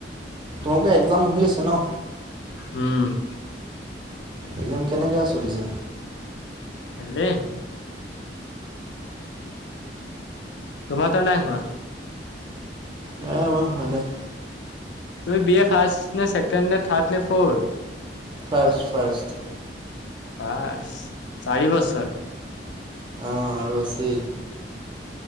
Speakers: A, on the right (about 25°); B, on the left (about 80°).
A: তোমালোকে একজাম হৈ আছে ন?
B: উম,
A: একজাম কেনেকা চলিছে?
B: ভালেই। তোমাতৰ নাই হোৱা?
A: নাই আমাৰ হোৱা নাই।
B: তুমি বি এ ফাৰ্ষ, নে চেকেণ্ড, নে থাৰ্ড, নে ফ'ৰ?
A: First first.
B: ফাৰ্ষ, চাৰি বছৰ।
A: অ', আৰু আছে।